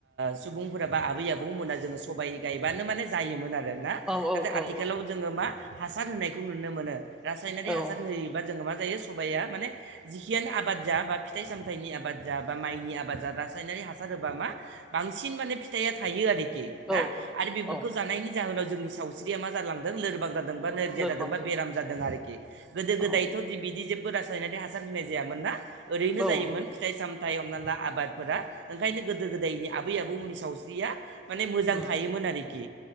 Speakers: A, on the right; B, in the centre.
A: -सुबुंफोराबा आबै-आबौमोना जोङो सबाय गायबानो माने जायोमोन आरो। ना
B: औ औ औ
A: आथिखालाव जोङो मा हासार होनायखौ नुनो मोनो रासायनारि
B: औ
A: होयि बा जोङो मा जायो साया माने जिखियानो आब आबाद जा बा फिथाइ-सामथाइनि आबाद जा बा माइनि आबाद जा रासायनारि हासार होबा मा बांसिन माने फि थाया थायो आरोखि ना
B: औ नोंथां
A: आरो बेफोरखौ
B: औ
A: जानायनि जाहोनाव जोंनि सावस्रिया मा जालांदों लोरबां जादों। बा नोरजिया
B: लोरबां
A: जादों बा
B: जानानै
A: बेराम जादों आरोखि गोदो गोदायथ'
B: औ
A: बिदि जे बो रासायनारि हासार होननाय जायामोना ओरैनो
B: औ
A: जायोम फिथ साम थाय हमना ला आबादफोरा ओंखायनो गोदो गोदायनि आबै-आबौमोननि सावस्रिया माने मोजां
B: उम
A: थायोमोन आरोखि।